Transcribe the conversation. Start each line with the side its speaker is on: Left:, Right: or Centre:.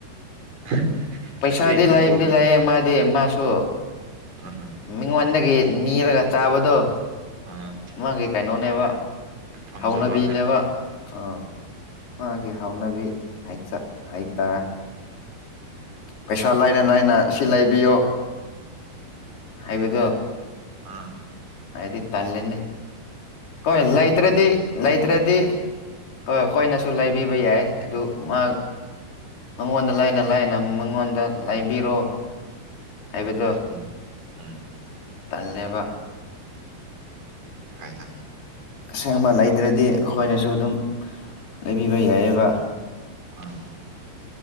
Right: <inaudible>
Left: ꯄꯩꯁꯥꯗꯤ
Right: ꯁꯤꯒꯤꯗꯤꯀꯣ
Left: ꯂꯩꯕꯨꯗꯤ ꯂꯩꯑ ꯃꯥꯗꯤ ꯃꯥꯁꯨ
Right: ꯑꯥ ꯑꯥ
Left: ꯃꯤꯉꯣꯟꯗ ꯃꯥꯒꯤ ꯅꯤꯔꯒ ꯆꯥꯕꯗꯣ
Right: ꯑꯥ
Left: ꯃꯥꯒꯤ ꯀꯩꯅꯣꯅꯦꯕ
Right: ꯄꯥꯝꯖꯕ
Left: ꯍꯧꯅꯕꯤꯅꯦꯕ ꯑꯥ ꯃꯥꯒꯤ ꯍꯧꯅꯕꯤ ꯍꯩꯇꯥꯔꯦ ꯄꯩꯁꯥ ꯂꯥꯏꯅ ꯂꯥꯏꯅ ꯁꯤ ꯂꯩꯕꯤꯌꯣ ꯍꯥꯏꯕꯗꯣ
Right: ꯑꯥ
Left: ꯍꯥꯏꯗꯤ ꯇꯜꯂꯅꯤ ꯍꯣꯏ ꯂꯩꯇ꯭ꯔꯗꯤ ꯂꯩꯇ꯭ꯔꯗꯤ ꯍꯣꯏ ꯍꯣꯏꯅꯁꯨ ꯂꯩꯕꯤꯕ ꯌꯥꯏ ꯑꯗꯨ ꯃꯥ ꯃꯉꯣꯟꯗ ꯂꯥꯏꯅ ꯂꯥꯏꯅ ꯃꯉꯣꯟꯗ ꯂꯥꯏꯕꯤꯔꯣ ꯍꯥꯏꯕꯗꯣ
Right: ꯎꯝ ꯎꯝ
Left: ꯇꯜꯂꯦꯕ
Right: ꯐꯣꯏꯗ
Left: ꯑꯁꯦꯡꯕ ꯂꯩꯗ꯭ꯔꯗꯤ ꯑꯩꯈꯣꯏꯅꯁꯨ ꯑꯗꯨꯝ ꯂꯩꯕꯤꯕ ꯌꯥꯏꯑꯕ
Right: ꯑꯥ